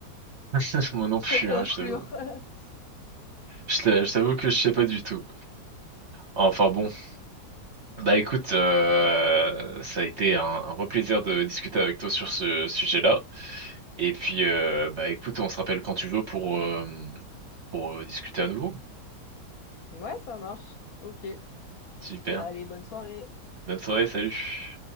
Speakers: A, on the right (about 55°); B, on the left (about 65°).
A: <laughs> moi
B: <laughs>
A: non plus,
B: Pour conclure.
A: hein, je t'avoue.
B: <laughs>
A: Je t'a- je t'avoue que je sais pas du tout. Enfin bon, bah écoute, euh, ça a été un, un vrai plaisir de discuter avec toi sur ce sujet-là. Et puis, euh, bah écoute, on se rappelle quand tu veux pour, euh, pour euh, discuter à nouveau.
B: Ouais, ça marche. Ok.
A: Super.
B: Allez, bonne soirée.
A: Bonne soirée, salut.